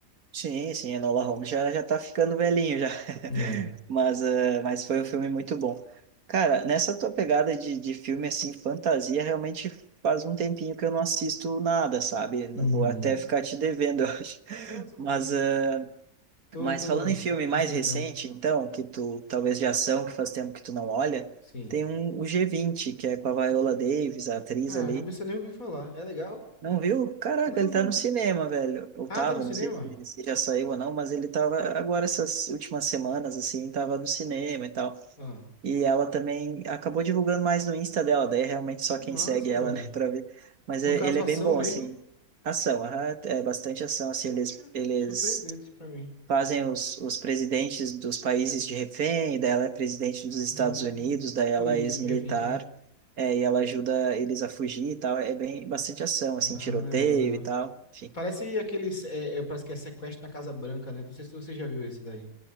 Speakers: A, on the right (about 65°); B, on the left (about 60°).
A: Sim, sim, Enola Holmes já, já tá ficando velhinho já. <laughs>
B: É.
A: Mas, eh, mas foi um filme muito bom. Cara, nessa tua pegada de, de filme assim, fantasia, realmente faz um tempinho que eu não assisto nada, sabe?
B: Uhum.
A: Vou até ficar te devendo, <laughs> eu acho.
B: Não, tudo
A: Mas,
B: bem.
A: eh,
B: Tô,
A: mas
B: tô
A: falando em filme
B: aceitando.
A: mais recente, então, que tu talvez de ação, que faz tempo que tu não olha,
B: Sim.
A: tem um, o g vinte que é com a Viola Davis, a atriz
B: Caramba,
A: ali.
B: você nem ouviu falar. É legal?
A: Não viu? Caraca,
B: Não,
A: ele tá
B: não.
A: no cinema, velho. Ou
B: Ah,
A: tava,
B: tá no cinema?
A: não sei se, ele- se já saiu ou não, mas ele tava agora essas últimas semanas, assim, tava no cinema e tal.
B: Ah,
A: E ela também acabou divulgando mais no Insta dela, daí é realmente só
B: que
A: quem
B: massa,
A: segue ela,
B: velho.
A: né, <laughs> pra ver. Mas
B: No
A: é-
B: caso,
A: ele é
B: ação
A: bem bom,
B: mesmo?
A: assim. Ação, aham, é bastante ação, assim,
B: Poxa,
A: eles, eles
B: surpreendente pra mim.
A: fazem os, os presidentes dos países de refém, daí ela é presidente dos Estados
B: Hum,
A: Unidos, daí ela
B: por isso,
A: é ex-militar,
B: g vinte, né?
A: é, e ela ajuda eles a fugir e tal. É bem bastante ação, assim,
B: Ah,
A: tiroteio
B: legal, legal.
A: e tal. Enfim,
B: Parece aqueles. É, é, parece que é sequestro na Casa Branca, né? Não sei se você já viu esse daí.